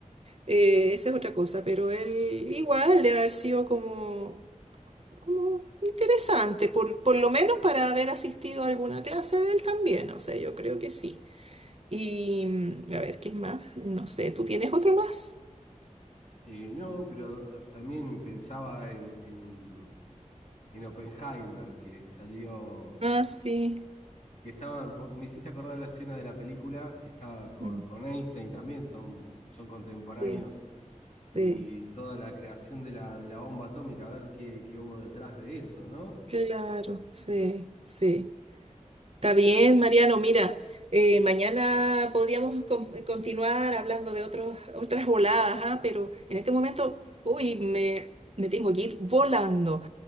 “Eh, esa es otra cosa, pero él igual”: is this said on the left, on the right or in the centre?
Right